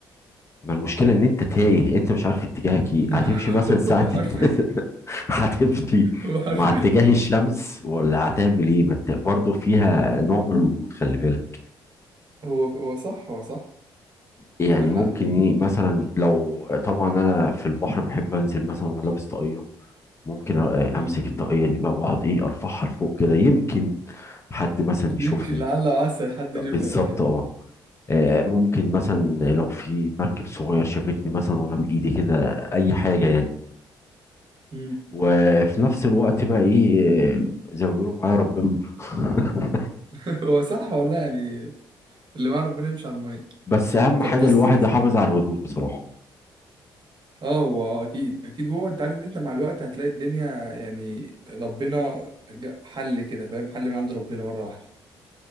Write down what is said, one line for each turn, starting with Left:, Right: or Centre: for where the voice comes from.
Left: ما المشكله ان انت تايه انت مش عارف اتجاهك
Right: <laughs>
Left: ايه هتمشي مثلا ساعه
Right: هو حرفيا
Left: <laughs> هتمشي
Right: هو حرفيا
Left: مع اتجاه الشمس ولا هتعمل ايه ما انت برضه فيها نوع من الغموض خلي بالك
Right: هو هو صح هو صح
Left: يعني
Right: عندك
Left: ممكن
Right: حق
Left: ايه مثلا لو طبعا انا في البحر بحب انزل مثلا وانا لابس طاقيه ممكن آه،
Right: امم
Left: امسك الطاقيه دي بقى واقعد ايه ارفعها لفوق كده يمكن حد مثلا يشوفني
Right: يمكن لعل وعسى حد
Left: طب
Right: يشوفها
Left: بالظبط
Right: صحيح
Left: اه آه، ممكن مثلا لو في مركب صغير شافتني مثلا وانا بايدي كده اي حاجه يعني
Right: امم
Left: وفي نفس الوقت بقى ايه آه، زي ما بيقولوا معايا ربنا <laughs>
Right: <laughs> هو صح والله يعني اللي مع ربنا يمشي على الميه
Left: بس اهم
Right: طب
Left: حاجه
Right: بص
Left: الواحد
Right: بص.
Left: يحافظ على الهدوء بصراحه
Right: اه هو هو اكيد اكيد هو انت عارف انت مع الوقت هتلاقي الدنيا يعني ربنا جا- حل كده فاهم حل من عند ربنا مره واحده